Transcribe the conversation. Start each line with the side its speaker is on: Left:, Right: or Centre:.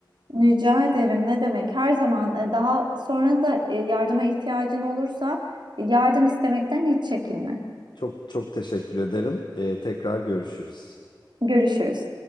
Right: Rica ederim. Ne demek? Her zaman e, daha sonra da e, yardıma ihtiyacın olursa e, yardım istemekten hiç çekinme.
Left: Çok çok teşekkür ederim. Ee, tekrar görüşürüz.
Right: Görüşürüz.